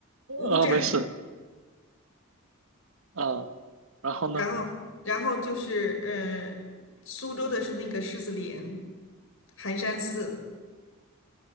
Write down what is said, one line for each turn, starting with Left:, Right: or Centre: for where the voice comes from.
Left: 乌镇。
Right: 啊，没事，啊，然后呢？
Left: 然后，然后就是呃，苏州的是那个狮子林、寒山寺，